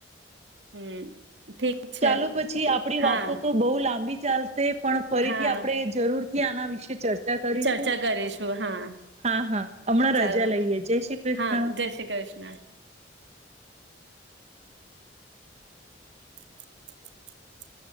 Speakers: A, on the right; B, on the right.
A: હમ. ઠીક છે
B: ચાલો પછી આપડી
A: હા
B: વાતો તો બહુ લાંબી ચાલશે પણ ફરીથી
A: હા
B: આપણે જરૂર થી આના વિશે ચર્ચા કરીશું.
A: ચર્ચા કરીશું હા
B: હા હા હમણાં
A: ચાલો
B: રજા લઈએ જય શ્રી કૃષ્ણ.
A: હા જય શ્રી કૃષ્ણ <inaudible>